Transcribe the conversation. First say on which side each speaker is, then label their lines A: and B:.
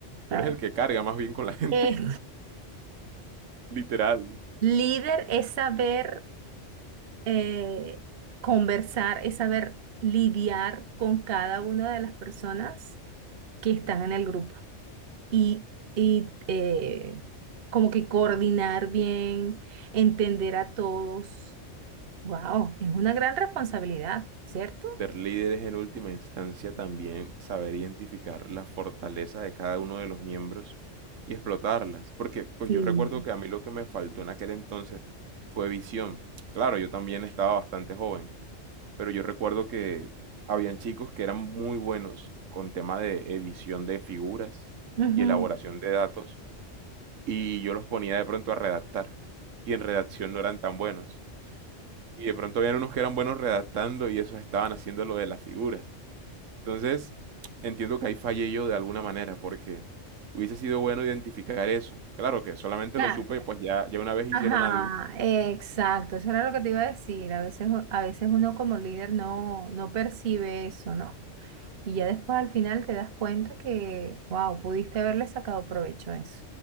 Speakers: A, on the right; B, on the right.
A: tú
B: ¿sabes?
A: eres el que carga más bien con la gente,
B: Eh,
A: <laughs> literal.
B: <laughs> líder es saber eh, conversar, es saber lidiar con cada una de las personas que están en el grupo y, y, eh, como que coordinar bien, entender a todos. Wow, es una gran responsabilidad, ¿cierto?
A: Ser líder es en última instancia también saber identificar la fortaleza de cada uno de los miembros y explotarlas. Porque pues
B: Sí.
A: yo recuerdo que a mí lo que me faltó en aquel entonces fue visión. Claro, yo también estaba bastante joven, pero yo recuerdo que habían chicos que eran muy buenos con tema de edición de figuras
B: Wow.
A: y elaboración de datos, y yo los ponía de pronto a redactar, y en redacción no eran tan buenos. Y de pronto habían unos que eran buenos redactando y esos estaban haciendo lo de las figuras. Entonces, entiendo que ahí fallé yo de alguna manera, porque hubiese sido bueno identificar eso. Claro que solamente
B: Claro.
A: lo supe, pues ya, ya una vez hicieron
B: Ajá,
A: algo,
B: exacto. Eso era lo que te iba a decir. A veces, a veces uno como líder no, no percibe eso, ¿no? Y ya después al final te das cuenta que, wow, pudiste haberle sacado provecho a eso.